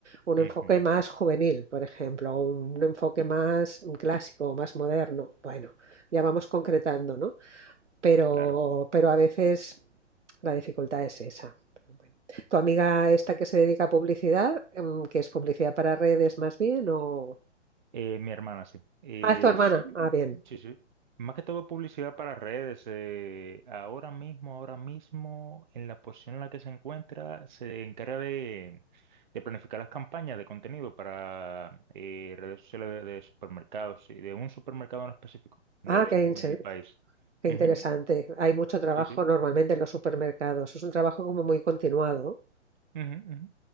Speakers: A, on the right; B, on the right.
A: un enfoque
B: Ujú,
A: más juvenil, por ejemplo, o un enfoque más clásico, o más moderno. Bueno, ya vamos concretando, ¿no? Pero,
B: claro.
A: pero a veces la dificultad es esa. Pero bueno. ¿Tu amiga esta que se dedica a publicidad, em, que es publicidad para redes más bien, o,
B: Eh, mi hermana, sí. Eh,
A: Ah, es tu y hermana.
B: sí,
A: Ah, bien.
B: sí, sí. Más que todo publicidad para redes. eh, ahora mismo, ahora mismo, en la posición en la que se encuentra, se encarga de, de planificar las campañas de contenido para eh, redes sociales de, de supermercados y de un supermercado en específico, de
A: Ah,
B: hecho,
A: sí, qué, sí, inse-
B: de mi país.
A: qué
B: Ujú,
A: ujú, interesante. Hay mucho trabajo
B: Sí, sí.
A: normalmente en los supermercados. Es un trabajo como muy continuado.
B: Ujú, ujú.